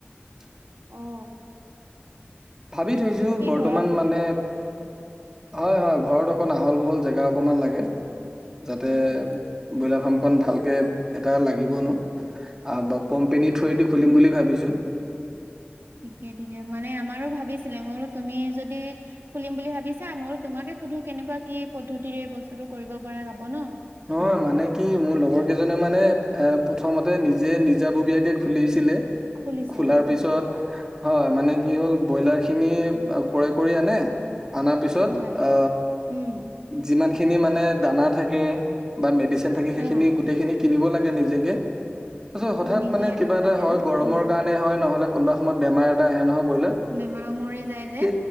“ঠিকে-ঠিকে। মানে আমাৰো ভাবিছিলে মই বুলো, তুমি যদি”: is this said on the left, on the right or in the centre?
Right